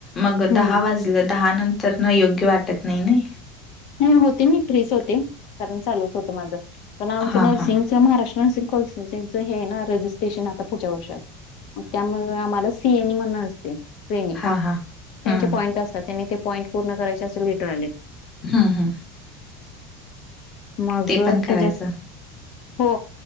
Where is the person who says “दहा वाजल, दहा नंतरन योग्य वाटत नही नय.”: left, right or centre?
Left